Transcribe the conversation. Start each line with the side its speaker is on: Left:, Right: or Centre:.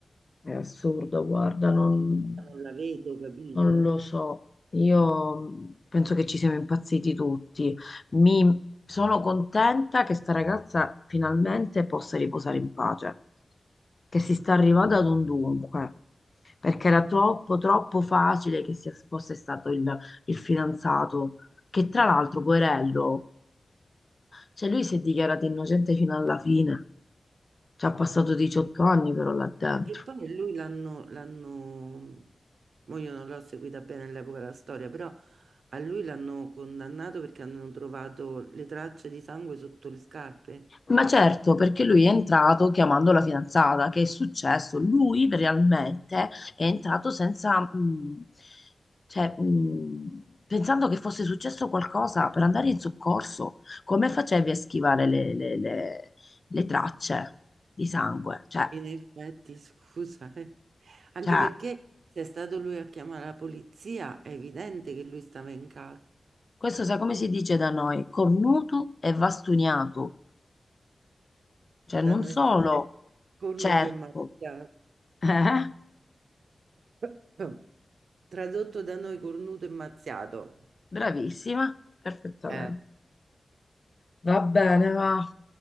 Left: È assurdo, guarda,
Right: <laughs>
Left: non,
Right: non la vedo, capito?
Left: non lo so. Io mm, penso che ci siamo impazziti tutti. Mi sono contenta che sta ragazza finalmente possa riposare in pace, che si sta arrivando ad un dunque, perché era troppo, troppo facile che sia, fosse stato il, il fidanzato, che tra l'altro, poverello, cioè lui si è dichiarato innocente fino alla fine. Ci ha passato 18 anni però là dentro.
Right: Ma che poi lui l'hanno, l'hanno, mo io non l'ho seguita bene all'epoca la storia, però a lui l'hanno condannato perché hanno trovato le tracce di sangue sotto le scarpe.
Left: Ma certo, perché lui è entrato chiamando la fidanzata, che è successo? Lui realmente è entrato senza, mh, cioè, mh, pensando che fosse successo qualcosa per andare in soccorso. Come facevi a schivare le, le- le- le tracce di sangue? Cioè,
Right: In effetti, scusa, eh. Anche
Left: cioè,
Right: perché se è stato lui a chiamare la polizia, è evidente che lui stava in casa.
Left: questo sai come si dice da noi? Cornuto e vastuniato. Cioè, non
Right: Da noi
Left: solo
Right: si dice cornuto
Left: cerco,
Right: e mazziato.
Left: <laughs> eh?
Right: <coughs> Tradotto da noi cornuto e mazziato.
Left: Bravissima, perfettamente.
Right: Eh,
Left: Va bene, va.